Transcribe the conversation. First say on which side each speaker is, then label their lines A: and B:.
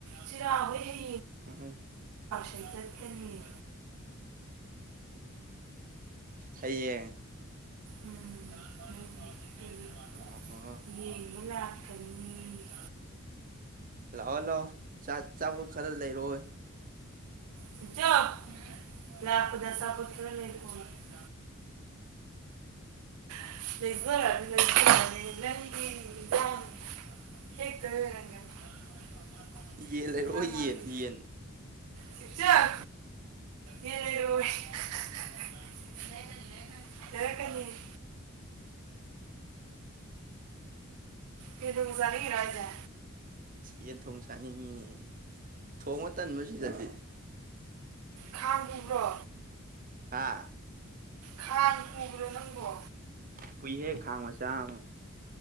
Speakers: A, on the right (about 80°); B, on the right (about 40°).
A: ꯆꯨꯔꯥ ꯍꫭꯏ
B: <inaudible>
A: ꯁꯟ ꯆꯠꯀꯅꯦ
B: ꯍꯌꯦꯡ
A: ꯎꯝ ꯎꯝ ꯎꯝ
B: ꯑꯣ
A: ꯌꯦꯡ ꯃꯨꯛ ꯂꯥꯛꯀꯅꯦꯌꯦ
B: ꯂꯥꯑꯣ ꯂꯥꯑꯣ ꯆꯥꯛ ꯆꯥꯕꫭꯠ ꯈꯔ ꯂꯩꯔꯑꫭꯏ
A: ꯁꯤꯛꯆꫭ ꯂꯄꯗ ꯑꯆꯥꯄꫭꯠ ꯈꯔ ꯂꯩꯔꯛꯑꫭ ꯌꯦ ꯂꯩꯖꯔꯛꯑꯅꯤ ꯂꯩꯖꯔꯛꯑꯅꯤ ꯅꯪꯒꯤ ꯍꯤꯟꯖꯥꯡ ꯍꯦꯛꯇꫭꯏ ꯑꫭꯏꯔꯝꯒꯅꯤ
B: ꯌꯦꯟ ꯂꯩꯔꯛꯑꯣ
A: ꯏꯟꯖꯥꯡ
B: ꯌꯦꯟ
A: ꯅꯥꯄꯤ
B: ꯌꯦꯟ
A: ꯆꯤꯛꯆꯟ ꯌꯦꯟ ꯂꯩꯔꯑꫭꯌꯦ ꯂꯩꯔꯛꯀꯅꯤ ꯂꯩꯔꯛꯀꯅꯤ ꯂꯩꯔꯛꯀꯅꯦꯌꯦ ꯌꯦꯟ ꯊꫭꯡ ꯆꯥꯅꯤꯡꯉꯤꯔꫭ ꯍꯥꯏꯁꯦ
B: ꯌꯦꯟ ꯊꯣꯡ ꯆꯥꯅꯤꯡꯉꯤꯅꯦ ꯊꯣꯡꯕ ꯇꯟꯕ꯭ꯔꫭ ꯁꯤꯗꯗꯤ
A: ꯈꯥꯡ ꯄꯨꯕ꯭ꯔꯣ
B: ꯍꯥ
A: ꯈꯥꯡ ꯄꯨꯕ꯭ꯔꫭ ꯅꯪꯕꯣ
B: ꯄꯨꯏꯍꯦ ꯈꯥꯡ ꯃꯆꯥ ꯑꯃ